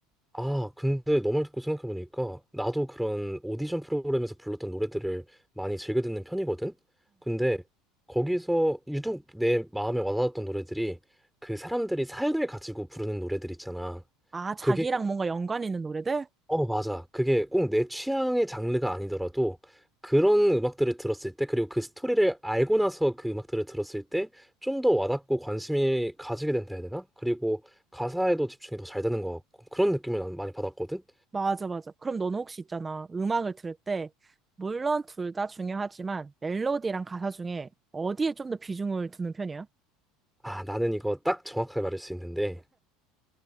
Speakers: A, in the centre; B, on the right.
A: 아, 근데 너 말 듣고 생각해보니까 나도 그런 오디션 프로그램에서 불렀던 노래들을 많이 즐겨 듣는 편이거든? 근데 거기서 유독 내 마음에 와닿았던 노래들이 그 사람들이 사연을 가지고 부르는 노래들 있잖아.
B: 아, 자기랑
A: 그게,
B: 뭔가 연관 있는 노래들?
A: 어, 맞아. 그게 꼭 내 취향의 장르가 아니더라도 그런 음악들을 들었을 때, 그리고 그 스토리를 알고 나서 그 음악들을 들었을 때 좀 더 와닿고 관심이 가지게 된다 해야 되나? 그리고 가사에도 집중이 더 잘 되는 것 같고 그런 느낌을 난 많이 받았거든?
B: 맞아, 맞아. 그럼 너는 혹시 있잖아. 음악을 들을 때, 물론 둘 다 중요하지만, 멜로디랑 가사 중에 어디에 좀 더 비중을 두는 편이야?
A: 아, 나는 이거 딱 정확하게 말할 수 있는데